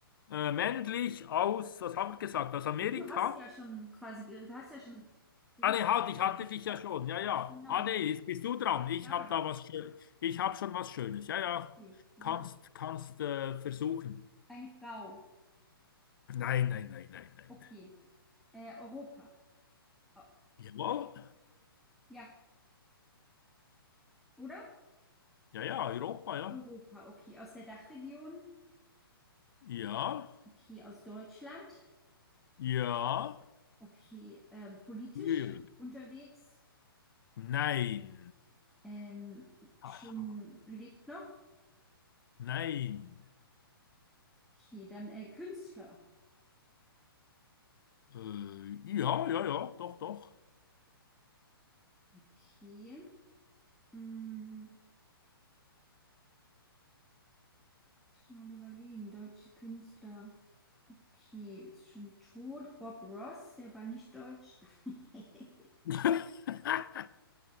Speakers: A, on the left; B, in the centre.
A: äh, männlich aus, was haben wir gesagt, aus Amerika?
B: Du hast ja schon quasi, ge- du hast ja schon Gericht
A: Ah nee, halt, ich
B: geraten.
A: hatte dich
B: Du hattest,
A: ja schon. Ja, ja.
B: genau,
A: Ah nee, jetzt bist du dran. Ich
B: ja,
A: habe da was Schö- ich habe schon was Schönes. Ja, ja.
B: okay, super.
A: Kannst kannst äh, versuchen.
B: Eine Frau,
A: Nein, nein, nein, nein, nein.
B: okay. Äh, Europa, oh,
A: Jawohl.
B: ja, oder?
A: Ja, ja, Europa, ja.
B: Europa, okay. Aus der Dachregion,
A: Ja.
B: okay. Aus Deutschland,
A: Ja.
B: okay. Ähm, politisch
A: Ja.
B: unterwegs,
A: Nein.
B: ähm,
A: Aha.
B: schon lebt noch,
A: Nein.
B: okay. Dann äh, Künstler,
A: Äh, ja, ja, ja, doch, doch.
B: okay. Mm. Muss ich mal überlegen. Deutsche Künstler. Okay, ist schon tot. Bob Ross, der war nicht deutsch. <laughs>
A: <laughs>